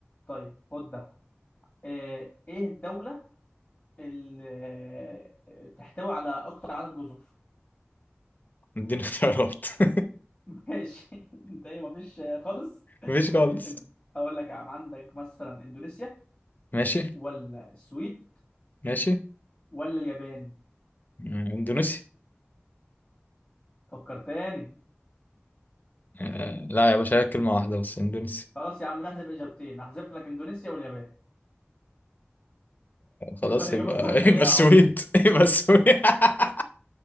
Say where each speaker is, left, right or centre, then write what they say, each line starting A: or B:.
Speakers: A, on the left; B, on the left.
A: طيب خد ده آه، ايه الدوله ال- آه، تحتوي على اكتر عدد جزر <laughs>
B: اديني اختيارات <laughs>
A: ماشي انت ايه مفيش خالص
B: مفيش خالص
A: انت- اقول لك يا عم عندك مثلا اندونيسيا
B: ماشي
A: ولا السويد
B: ماشي
A: ولا اليابان
B: مم، اندونيسيا
A: فكر تاني
B: آه لا يا باشا هي كلمة واحدة بس اندونيسيا
A: خلاص يا عم نحذف اجابتين هحذف لك اندونيسيا واليابان
B: خلاص
A: يبقى الاجابه
B: يبقى
A: الصح
B: <laughs>
A: ايه
B: يبقى
A: يا
B: السويد
A: عبيط
B: <laughs> يبقى السويد <laughs>